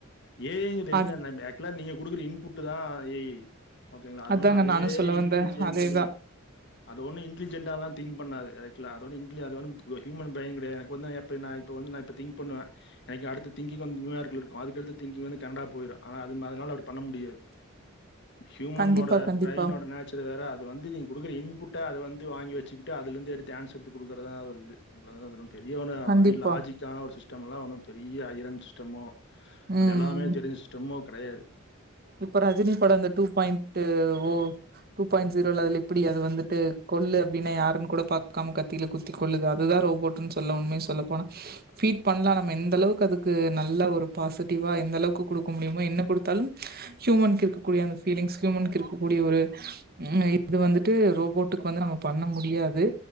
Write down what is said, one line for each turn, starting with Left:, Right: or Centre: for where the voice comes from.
Left: ஏ ஐங்கிறது
Right: அ
Left: என்ன ஆக்சுவலா நீங்க குடுக்குற இன்புட்தா ஏ ஐ ஓகேங்களா அது
Right: அதாங்க
Left: ஒண்ணு அது
Right: நானு
Left: வே
Right: சொல்ல வந்தே
Left: இன்டலிஜன்டலிய
Right: <inaudible>
Left: அது ஒண்ணு இன்டலிஜென்ட்டாலா திங்க் பண்ணாது அதுக்குல்லா அது ஒண்ணு இன்டெலி அது ஒண்ணு ஹூமன் பிரைன் கெடையாது எனக்கு வந்து இப்ப நா இப்ப வந்து நா இப்ப திங்க் பண்ணுவே எனக்கு அடுத்த திங்கிங் வந்து நியூயார்க்ல இருக்கு அதுக்கடுத்த திங்கிங் வந்து கனடா போயிரு ஆனா அது அதனால அப்டி பண்ண முடியாது
Right: <inaudible>
Left: ஹியூமன்னோட
Right: கண்டிப்பா கண்டிப்பா
Left: நேச்சர் வேற அது வந்து நீங்க குடுக்குற இன்புட்ட அது வந்து வாங்கி வச்சுக்கிட்டு அதுல இருந்து எடுத்து ஆன்சர் எடுத்து குடுக்குறதா அது ஒரு இது இவ்ளோதா இது ஒண்ணு பெரிய ஒன்னு
Right: கண்டிப்பா
Left: வாயில் லாஜிக்கான ஒரு சிஸ்டம் எல்லா ஒன்னும் பெரிய ஐரன் சிஸ்டமோ
Right: ம்
Left: அது எல்லாமே தெரிஞ்ச சிஸ்டமோ கெடையாது
Right: இப்ப ரஜினி படோ அந்த two point O two point ஜீரோல அதுல எப்டி அது வந்துட்டு கொல்லு அப்டின்னா யாருன்னு கூடப் பாக்காம கத்தியில குத்தி கொல்லுது அதுதா ரோபோட் னு சொல்லு உண்மய சொல்லப் போனா ஃபீட் பண்ணலா நம்ம எந்த அளவுக்கு அதுக்கு நல்ல ஒரு பாசிட்டிவா எந்த அளவுக்கு குடுக்க முடியுமோ என்ன குடுத்தாலும் ஹியூமனுக்கு இருக்கக்கூடிய அந்த ஃபீலிங்ஸ் ஹியூமனுக்கு இருக்கக்கூடிய ஒரு ம் இது வந்துட்டு ரோபோட்டுக்கு வந்து நம்ம பண்ண முடியாது